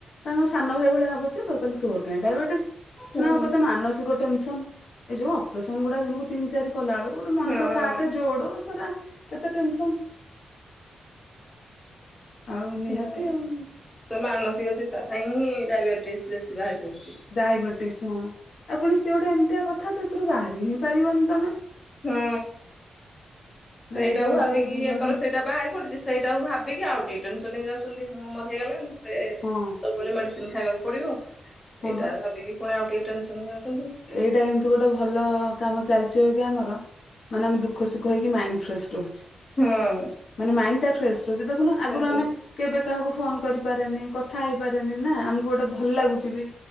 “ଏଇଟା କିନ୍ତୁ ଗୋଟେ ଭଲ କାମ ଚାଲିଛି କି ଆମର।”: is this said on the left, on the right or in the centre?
Left